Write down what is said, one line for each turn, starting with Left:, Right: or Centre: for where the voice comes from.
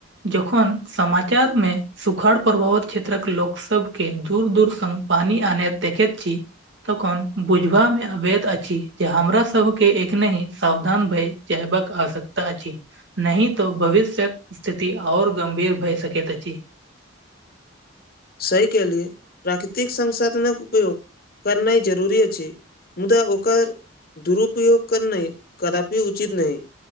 Right: जखन समाचार मे सुखाड़ पभावत क्षेत्रक लोक सबके दूर दूर संग पानी आन देखति छी तखन बुझबा मे अवति अछि जे हमरा सब के एखनही सावधान भय जबिक आवश्यकता अछि नहि तऽ भविष्य्यक स्थिति और गंभीर भए सकति अछि
Left: सही केहलियै प्राकृतिक संसाधनक उपयोग करनाइ जरूरी अछि मुदा ओकर दुरुपयोग करनाय कदापि उचित नहि